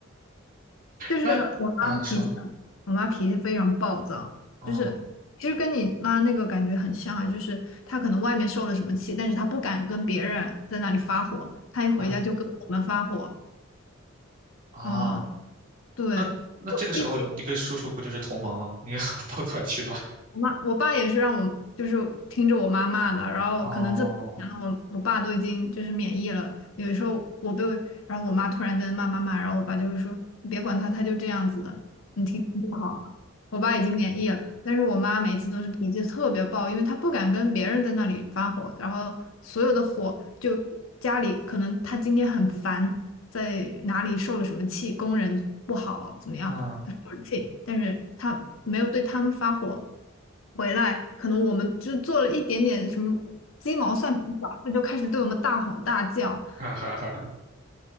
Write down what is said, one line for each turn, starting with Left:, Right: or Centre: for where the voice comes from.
Left: 就是我妈脾气很我妈脾气非常暴躁，
Right: 那啊，你说，嗯
Left: 就是其实跟你妈那个感觉很像啊，就是她可能外面受了什么气，但是她不敢跟别人在那里发火，她一回家就跟我们发火。
Right: 嗯啊，
Left: 嗯，对，
Right: 那那这个时候你跟叔叔不就是同盟了？
Left: 一。
Right: 你要 <laughs> 抱团取暖。
Left: 我妈我爸也是让我就是听着我妈骂的，然后可能这么多年了，
Right: 哦，
Left: 我我爸都已经就是免疫了。有的时候我被，然后我妈突然间骂骂骂，然后我爸就会说你别管他，他就这样子的，你听听就好了。我爸已经免疫了，但是我妈每次都是脾气特别暴，因为她不敢跟别人在那里发火，然后所有的火就家里可能她今天很烦，在哪里受了什么气，工人不好怎么样。
Right: 嗯，
Left: 他说了气，但是他没有对他们发火。回来，可能我们就做了一点点什么鸡毛蒜皮小事，就开始对我们大吼大叫。
Right: <laughs> 哈哈哈，